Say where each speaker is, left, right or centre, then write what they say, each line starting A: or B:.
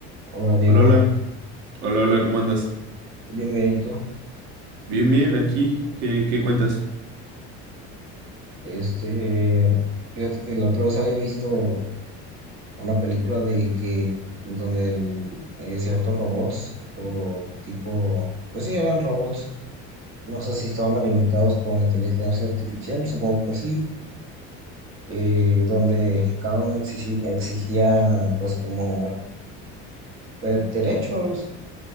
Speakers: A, on the right; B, on the right.
A: Hola Diego,
B: Hola, hola. Hola, hola, ¿cómo andas?
A: bien, bien, ¿y tú?
B: Bien, bien, aquí. ¿Qué, qué cuentas?
A: Este, fíjate que la otra vez había visto una película de que, donde el- eh, ciertos robots, o tipo, pues sí, eran robots, no sé si estaban alimentados con inteligencia artificial, supongo que sí, eh, donde cada uno exigi- exigía, pues como, pues, derechos,